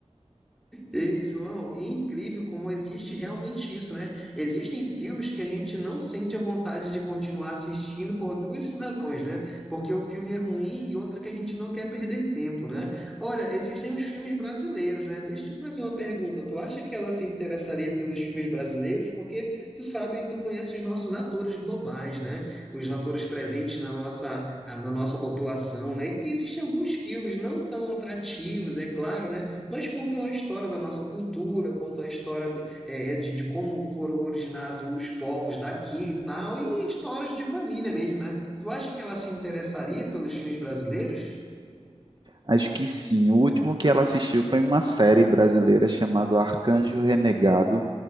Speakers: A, in the centre; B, on the right (about 40°).
A: Ei, João, e é incrível como existe realmente isso, né? Existem filmes que a gente não sente a vontade de continuar assistindo por duas razões, né? Porque o filme é ruim e outra que a gente não quer perder tempo, né? Olha, existem os filmes brasileiros, né? Deixa eu te fazer uma pergunta. Tu acha que ela se interessaria pelos filmes brasileiros? Porque tu sabe, tu conhece os nossos atores globais, né? Os atores presentes na nossa, na nossa população, né? E que existem alguns filmes não tão atrativos, é claro, né? mas contam a história da nossa cultura, contam a história é, é, de, de como foram originados os povos daqui e tal, e histórias de família mesmo, né? Tu acha que ela se interessaria pelos filmes brasileiros?
B: Acho que sim. O último que ela assistiu foi uma série brasileira chamada Arcanjo Renegado.